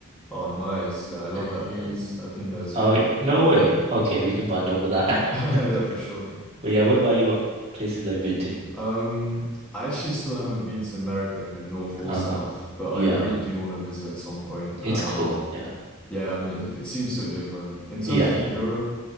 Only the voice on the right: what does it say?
And
oh
no way. Okay, we can bond over that.
<laughs>
Well, yeah. What about you? What places that you've been to?
Uh-huh.
Yeah,
it's
cool. Yeah,
yeah,
yeah.